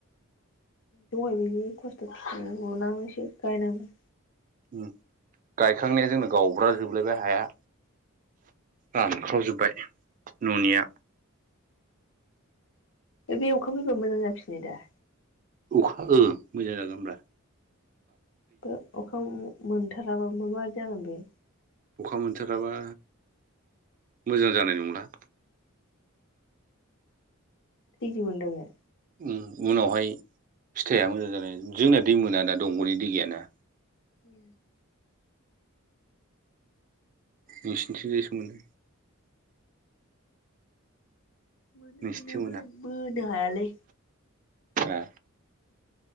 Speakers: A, on the left; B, on the right.
A: दहाय बिदि खस्थ' <unintelligible> गायनादों
B: उम गायखांनाया जोंना गावब्रा जोबलायबाय हाया रानख्राव जोब्बाय न'निया
A: दा बे अखा फैबा मोजां जाफिनो दा
B: अखा ओ मोजां जागोन ब्रा
A: बो अखा मोनथाराबाबो माबादि जागोन बे
B: अखा मोनथाराबा मोजां जानाय नंला
A: दैजों मोन <inaudible>
B: उम उनावहाय फिथाइआ मोजां जानाय जोंना दै मोना ना‌ दंग'नि दै गैयाना
A: उम।
B: नोंसिनि थिंजायसो मोनो।
A: मोनो
B: नोंसिनिथिं
A: मोननाया‌ ओमफाय बो हायालै
B: ए